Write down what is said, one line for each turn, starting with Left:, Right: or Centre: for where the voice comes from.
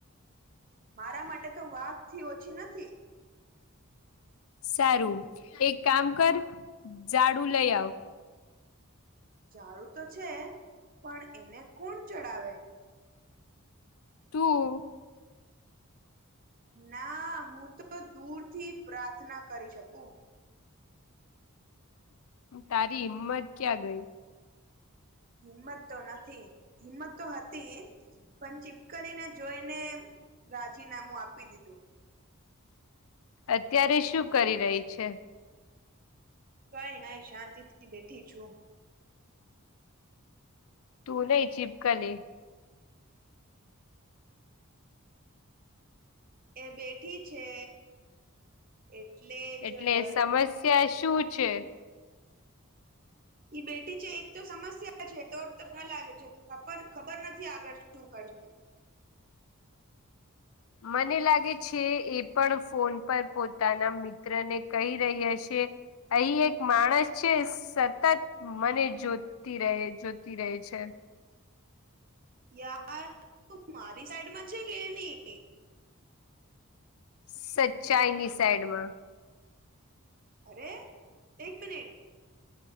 Right: મારા માટે તો વાઘ થી ઓછી નથી
Left: સારું એક કામ કર ઝાડુ લઈ આવ
Right: ઝડું તો છે પણ એને કોણ ચડાવે
Left: તું
Right: ના હું તો દૂર થી પ્રાર્થના કરી શકું.
Left: તારી હિંમત ક્યાં ગઈ
Right: હિંમત તો નથી હિંમત તો હતી પણ ચી કરીને જોઈને રાજીનામું આપી દીધું
Left: અત્યારે શું કરી રહી છે?
Right: કઈ નઈ શાંતિ થી બેઠી છું.
Left: તું નહી ચિપકલી
Right: એ બેઠી છે એટલે જો
Left: એટલે
Right: ડર
Left: સમસ્યા
Right: <inaudible>
Left: શું છે
Right: ઈ બેટી છે એક તો સમસ્યા છે તો તો <unintelligible> ખબર નથી આગળ શું કરશે
Left: મને લાગે છે એ પણ ફોન પર પોતાના મિત્ર ને કહી રહ્યા છે અહી એક માણસ છે સતત મને જોતી રહે જોતી રહે છે
Right: યાર તું મારી સાઈડ માં છે કે એની
Left: સચ્ચાઈ ની સાઈડ માં
Right: અરે એક મિનિટ